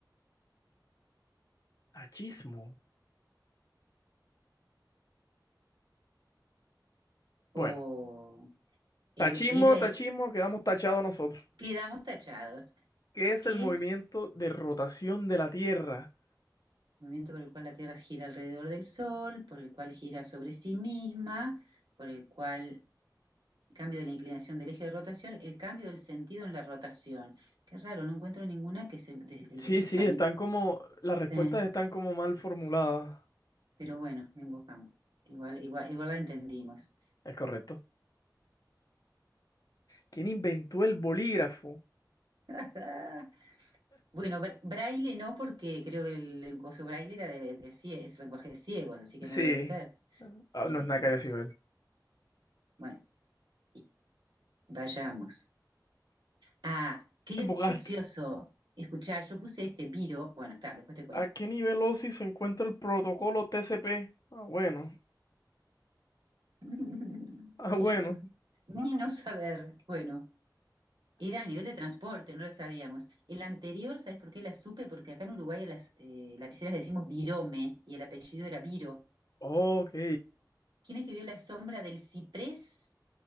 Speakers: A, on the left; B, on the right.
A: tachismo. Bueno,
B: O
A: tachismo,
B: eh, era,
A: tachismo, quedamos tachados nosotros.
B: quedamos tachados.
A: ¿Qué es
B: ¿Qué
A: el movimiento
B: es
A: de rotación de la Tierra?
B: el movimiento por el cual la Tierra gira alrededor del Sol, por el cual gira sobre sí misma? por el cual cambio de la inclinación del eje de rotación, el cambio del sentido en la rotación. Qué raro, no encuentro ninguna que es el, de- el
A: Sí,
B: desplazamiento.
A: sí, están como, las respuestas
B: Eh,
A: están como mal formuladas.
B: pero bueno, invocamos. Igual, igual, igual la entendimos.
A: Es correcto. ¿Quién inventó el bolígrafo?
B: <laughs> Bueno, bra- braille no, porque creo que el, el braille era de, de cie- es lenguaje de ciegos, así que no
A: Sí.
B: debe ser.
A: Ah,
B: Y,
A: no
B: y
A: es nada que
B: las,
A: haya sido él.
B: bueno, y vayamos. Ah, qué
A: Embocaste.
B: gracioso. Escuchá, yo puse este viro. Bueno, está, después te cuento.
A: ¿A qué nivel OSI se encuentra el protocolo TCP? Ah, bueno. <laughs>
B: <laughs>
A: Ah, bueno.
B: Yo- ni no saber. Bueno. Era a nivel de transporte, no lo sabíamos. El anterior, ¿sabes por qué la supe? Porque acá en Uruguay a las eh, lapiceras le decimos Virome y el apellido era Viro.
A: Ok.
B: ¿Quién escribió La sombra del ciprés